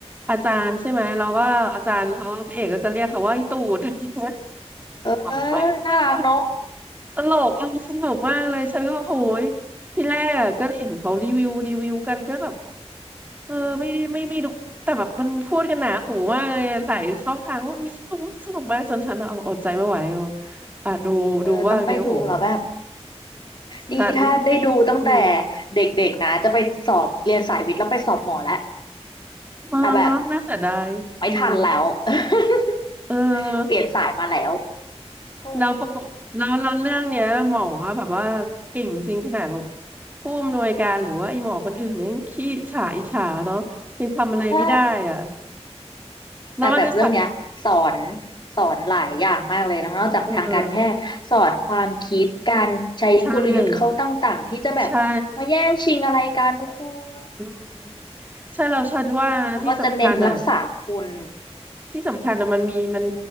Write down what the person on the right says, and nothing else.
อาจารย์ใช่ไหมเราก็อาจารย์เขาพระเอกก็จะเรียกเขาว่าไอตูด <laughs> อะไรเงี้ย
ขำมากเลย
ตลกมันสนุกมากเลย ฉันก็โอ้โหยที่แรกอ่ะก็เห็นเขารีวิวรีวิวกันก็แบบเออไม่ไม่ไม่ดูแต่แบบมันพูดกันหนาหูมากเลยอะหลายช่องทางว่าอุ้ยสนุกมากสนุกมากจนฉันเอาอดใจไม่ไหวอะอ่ะดูดูบ้างเนี่ยโอ้โห
ฉัน
อืม
เออเนาะน่าเสียดายอืม
เออ
แล้วประกบแล้วแล้วเรื่องเนี้ยหมอแบบว่าเก่งจริงขนาดแบบผู้อำนวยการหรือว่าไอ้หมอคนอื่นเนี่ยยังขี้ฉาอิจฉาเนาะยังทำอะไรไม่ได้อ่ะ
แล้วมันจะสะ
เออใช่ใช่อืมใช่เราฉันว่านะที่สำคัญอ่ะ
ที่สำคัญอ่ะมันมีมัน